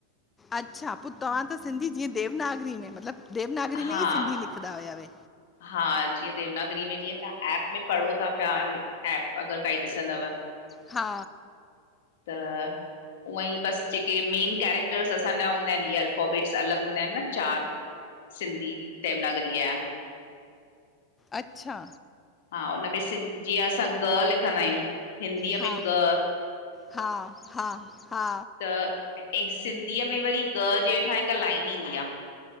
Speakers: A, on the left; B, on the left.
A: अच्छा, पो तव्हां त सिंधी जीअं देवनागरी में, मतलब देवनागरी
B: हा
A: में ई सिंधी लिखदा हुयावे।
B: हा, जीअं देवनागरी में जीअं तव्हां ऐप में पढ़ो ता पया, एप अगर काई ॾिसंदव।
A: हा
B: त उअंई बस जेके मेन कैरेक्टर्स असांजा हूंदा एन, हे अल्फॉबेट्स अलग हूंदा एन न चार। सिंधी देवनागरीअ जा।
A: अच्छा
B: हा, हुनमें सिं जीअं असां ग लिखंदायूं, हिंदीअ
A: हा
B: में ग़।
A: हा हा हा
B: त, सिंधीअ में वरी ग जेठां हिक लाइन ईंदी आ।